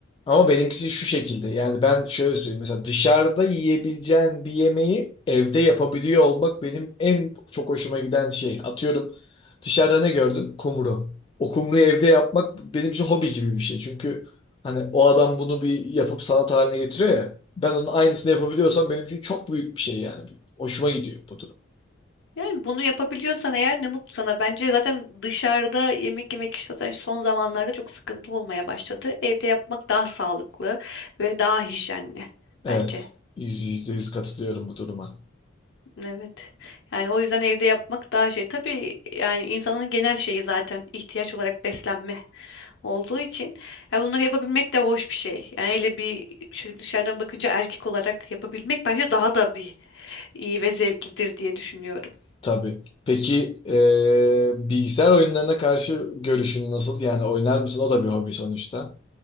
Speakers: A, on the left; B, on the left.
A: Ama benimkisi şu şekilde. Yani ben şöyle söyleyeyim. Mesela dışarıda yiyebileceğin bir yemeği evde yapabiliyor olmak benim en çok hoşuma giden şey. Atıyorum dışarıda ne gördün? Kumru. O kumruyu evde yapmak benim için hobi gibi bir şey. Çünkü hani o adam bunu bir yapıp sanat haline getiriyor ya. Ben onun aynısını yapabiliyorsam benim için çok büyük bir şey yani. Hoşuma gidiyor bu durum.
B: Yani bunu yapabiliyorsan eğer ne mutlu sana. Bence zaten dışarıda yemek yemek işte zaten son zamanlarda çok sıkıntı olmaya başladı. Evde yapmak daha sağlıklı ve daha hijyenli
A: Evet.
B: bence.
A: Yüz, yüzde yüz katılıyorum bu duruma.
B: Evet. Yani o yüzden evde yapmak daha şey. Tabii yani insanın genel şeyi zaten ihtiyaç olarak beslenme. olduğu için ya bunları yapabilmek de hoş bir şey. Yani hele bir şöyle dışarıdan bakınca erkek olarak yapabilmek bence daha da bir iyi ve zevklidir diye düşünüyorum.
A: Tabii. Peki e, bilgisayar oyunlarına karşı görüşün nasıl? Yani oynar mısın? O da bir hobi sonuçta.